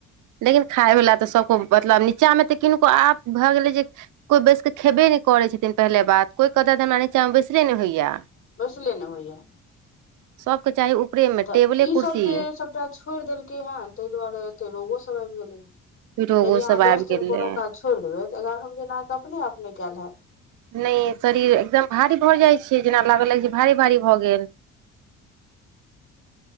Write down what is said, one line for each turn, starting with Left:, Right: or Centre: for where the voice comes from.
Right: लेकिन खायवला तऽ सबको मतलब नीचामे तऽ किनको आप भए गेलै जे कोई बैसि कऽ खेबे नहि करै छथिन पहिले बात कोई कहतय तऽ हमरा नीचाँमे बैसले नहि होइए
Left: बस लेना होइय
Right: सबके चाही ऊपरेमे
Left: तऽ
Right: टेबले
Left: ईसभ
Right: कुर्सी
Left: जे सभटा छोड़ि देलकै हेँ ताहि दुआरे एते रोगोसभ आबि गेलै हेँ
Right: पीठो गो
Left: यदि
Right: सब
Left: अहाँ
Right: आबि
Left: दस दिन
Right: गेलै
Left: कोनो काज छोड़ि देबै तऽ एगारहम दिन अहाँके अपने आप नै कयल हैत
Right: नहि शरीर एकदम भारी भऽ जाई छै जेना लागल लगै छै भारी भारी भऽ गेल
Left: <inaudible>